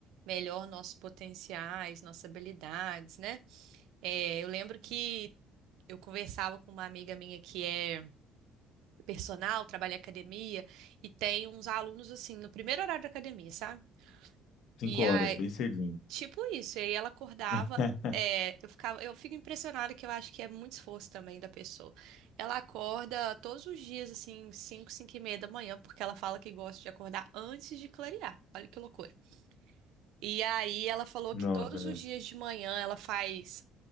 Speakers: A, on the right; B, on the left.
A: melhor nossos potenciais, nossas habilidades, né? É, eu lembro que eu conversava com uma amiga minha que é personal, trabalha em academia, e tem uns alunos, assim, no primeiro horário da academia, sabe?
B: Cinco
A: E
B: horas, bem cedinho.
A: Tipo isso, e aí ela acordava,
B: <laughs>
A: é, eu ficava, eu fico impressionada que eu acho que é muito esforço também da pessoa. Ela acorda todos os dias, assim, 5, 5 e meia da manhã, porque ela fala que gosta de acordar antes de clarear. Olha que loucura. E aí ela falou
B: Nossa,
A: que todos
B: é.
A: os dias de manhã ela faz